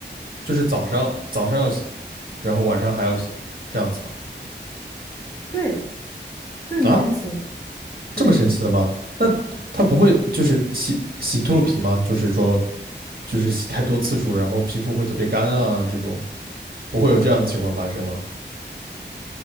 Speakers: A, on the right (about 50°); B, on the left (about 15°).
A: 就是早上早上要洗，然后晚上还要洗，这样子吗？
B: 对，就很神奇，
A: 啊，
B: 对。
A: 这么神奇的吗？那它不会就是洗洗秃噜皮吗？就是说就是洗太多次数，然后皮肤会特别干啊，这种不会有这样的情况发生吗？